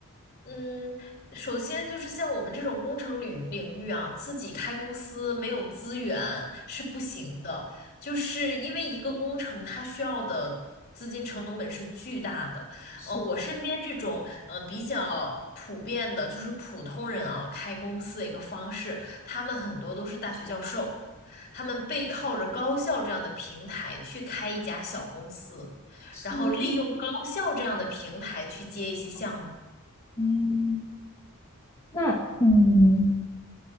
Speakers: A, on the left; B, on the left.
A: 嗯，首先就是像我们这种工程领领域啊，自己开公司没有资源是不行的，就是因为一个工程它需要的资金成本是巨大的。
B: 是
A: 嗯、我身边这种嗯、呃比较普遍的，就是普通人啊开公司的一个方式，他们很多都是大学教授，他们背靠着高校这样的平台去开一家小公司，
B: 是，
A: 然后利用高校这样的平台去接一些项目。
B: 嗯，那嗯，